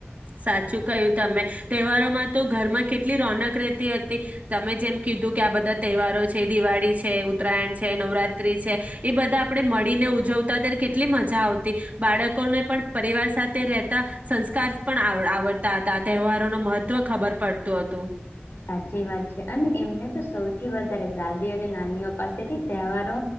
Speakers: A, on the right (about 40°); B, on the left (about 75°).
A: સાચું કયું તમે, તહેવારોમાં તો ઘરમાં કેટલી રોનક રહેતી હત તી, તમે જેમ કીધું કે આ બધા તહેવારો છે, દિવાળી છે, ઉત ઉત્તરાયણ છે, નવરાત્રી છે, એ બધા આપડે મળીને ઉજાવ તા ત્યારે કેટલી મજા આવ તી બાળકોને પણ પરિવાર સાથે રહેતા સંસ્કાર પણ આવડ આવડતા હતા, આ તહેવારો ન મહત્વ ખબર પડતું હતું.
B: સાચી વાત છે અને એમને તો સૌથી વધારે દાદીઓ અને નાનીઓ પાસેથી તહેવારો